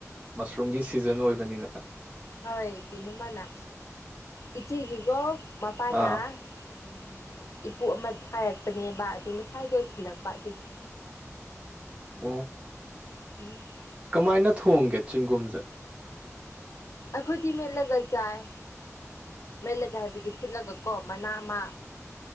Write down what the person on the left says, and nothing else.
ꯍꯣꯏ ꯀꯩꯅꯣꯃꯅꯥ ꯏꯆꯤꯒꯤꯒꯣ ꯃꯄꯥꯅ
ꯎꯝ ꯏꯄꯨ ꯑꯃ ꯊꯥꯔꯛꯄꯅꯦꯕ ꯑꯗꯨ ꯉꯁꯥꯏꯗꯣ ꯊꯤꯜꯂꯛꯄ ꯑꯗꯨꯒꯤ
<unintelligible>
ꯑꯩꯈꯣꯏꯗꯤ ꯃꯦꯠꯂꯒ ꯆꯥꯏ ꯃꯦꯠꯂꯒ ꯍꯥꯏꯕꯗꯤ ꯐꯨꯠꯂꯒ ꯀꯣ ꯃꯅꯥ ꯑꯃ